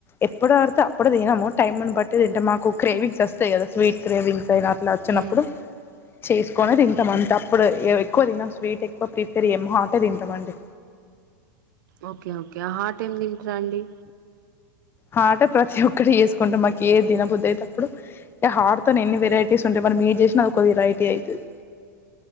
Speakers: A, on the left (about 20°); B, on the right (about 70°).
A: ఎప్పుడు పడితే అప్పుడు తినము టైమును బట్టి తింటం మాకు క్రేవింగ్స్ వస్తాయి కదా స్వీట్ క్రేవింగ్స్ అయినా ఇలా అచ్చినప్పుడు
B: మ్మ్
A: చేసుకొనే తింటా అంతా అప్పుడు, ఏ ఎక్కువ తినం స్వీట్ ఎక్కువ ప్రిఫర్ చేయం, హాట్ తింటమండీ.
B: ఓకే ఓకే హార్ట్ ఏం తింటరండి?
A: హాటె ప్రతి ఒక్కటి చేసుకుంటం మాకు ఏ దినబుద్దయితప్పుడు ఇగ హార్తో ఎన్ని వెరటీస్ ఉంటయి మరి, మీరు చేసిన ఒక వెరైటీ అయితది.